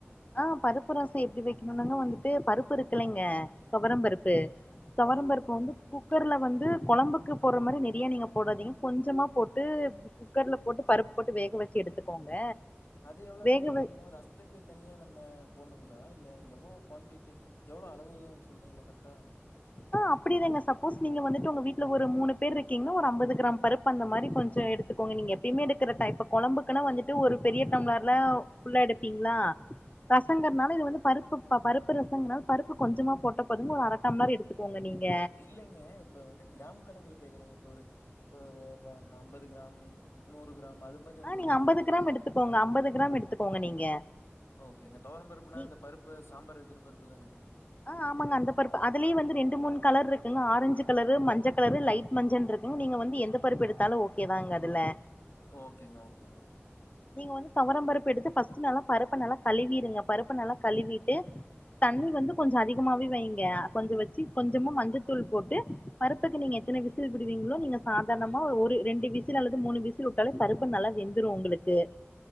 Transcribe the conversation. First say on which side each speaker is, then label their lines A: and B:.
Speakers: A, on the left; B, on the left.
A: ஆ பருப்பு ரசோ எப்டி வைக்கணுனாங்க வந்துட்டு பருப்பு இருக்குலேங்க தொவரம் பருப்பு தொவரம்
B: ஆமாம் ஆமாங்க
A: பருப்பு வந்து கு குக்கர்ல வந்து கொழம்புக்கு போடுற மாரி நெறைய நீங்க போடாதீங்க கொஞ்சமா போட்டு குக்கர்ல போட்டு பருப் போட்டு வேக வச்சு எடுத்துக்கோங்க
B: அது எவ்ளோங்க
A: வேக வ
B: போட்ணு ரஸ்த்துக்கு தனியா நம்ம போட்ணுங்ளா இல்ல எவ்ளோ க்வான்டிட்டி எவ்ளோ அளவுனு சொல்றீங்ள கரட்டா
A: ஆ அப்படிதாங்க சப்போஸ் நீங்க வந்துட்டு உங்க வீட்ல ஒரு மூணு பேர் இருக்கீங்கன்னா ஒரு அம்பது கிராம் பருப்பு அந்த மாதிரி கொஞ்சோ எடுத்துக்கோங்க நீங்க எப்பயுமே எடுக்கிற டைப் குளம்புக்குன்னா வந்துட்டு ஒரு பெரிய டம்ப்ளர்ல ஃபுல்லா எடுப்பீங்ளா ரசங்கர்னால இது வந்து பருப்பு பருப்பு ரசங்னால பருப்பு கொஞ்சமா போட்ட போதுங்க ஒரு அரட்டம்லர் எடு எத்துக்கோங்க நீங்க
B: இல்லைங்க இப்ப வந்து க்ராம் கணக்ல கேக்குறங்க இப்ப ஒரு இப்ப ஒரு அம்பது கிராம் நூறு கிராம் அது மாரி உங்ககிட்ட
A: ஆ நீங்க அம்பது
B: கேட்குறேன்.
A: கிராம் எடுத்துக்கோங்க அம்பது கிராம் எடுத்துக்கோங்க நீங்க
B: ஓகேங்க தொவரம் பருப்புனா
A: நீ
B: இந்த பருப்பு சாம்பார் வைக்கிற பருப்பு தானுங்க
A: ஆ ஆமாங்க அந்த பருப்பு அதுலே வந்து ரெண்டு மூணு கலர் இருக்குங்க ஆரஞ்சு கலரு மஞ்ச கலரு லைட் மஞ்சன்ருக்குங் நீங்க வந்து எந்த பருப்பு எடுத்தாலு ஓகேதாங்க அதுல
B: ஓகேங்க ஓகேங்க
A: நீங்க வந்து தொவரம் பருப்பு எடுத்து ஃபஸ்ட் நல்லா பருப்ப நல்லா கழுவிருங்க பருப்ப நல்லா கழுவிட்டு தண்ணி வந்து கொஞ்சோ அதிகமாவே வைங்க கொஞ்ச வச்சி கொஞ்சம மஞ்சத்தூள் போட்டு பருப்புக்கு நீங்க எத்தனை விசில் விடுவீங்க்ளோ நீங்க சாதாரணமா ஒரு ரெண்டு விசில் அல்லது மூணு விசில் உட் டாலே பருப்பு நல்லா வெந்துரு உங்களுக்கு